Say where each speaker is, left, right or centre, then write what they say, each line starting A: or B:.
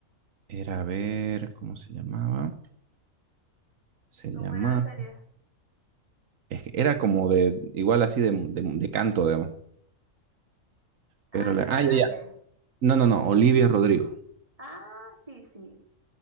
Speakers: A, on the right; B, on the right.
A: era a ver, ¿cómo se llamaba? Se
B: ¿Cómo
A: llamaba,
B: era la serie?
A: es que era como de, igual así de, de, de canto, digamos.
B: Ah,
A: Pero
B: Ariana
A: la, ah,
B: Grande.
A: ya, ya. No, no, no, Olivia Rodrigo.
B: Ah, sí, sí.